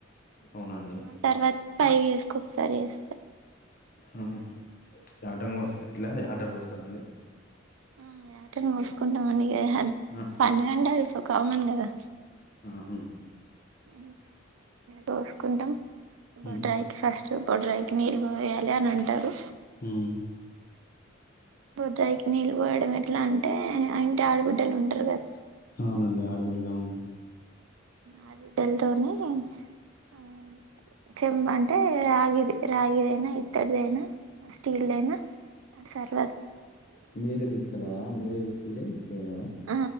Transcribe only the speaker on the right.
ఆ తర్వాత ఫైవ్ ఇయర్స్ ఓక్ సరే చేస్తారు
ఆ యాట కోస్తా కొంతమంది ఏఅగ్గు
<inaudible> పండుగంటది ఒక <unintelligible> కదా
ఉ.. కోసుకుంటాం బొడ్రాయికి
ఫస్ట్ బొడ్రాయికి నీళ్ళు పోయాలి అని అంటారు.
బొడ్రాయికి నీళ్ళు పోయడం ఎట్లా అంటే ఆ ఇంటి ఆడబిడ్డలు ఉంటారు కదా
ఆడబిడ్డల తోని ఆ చెంబు అంటే రాగిది రాగిదైనా ఇత్తడిదైనా స్టీల్ దైన సరే
ఆ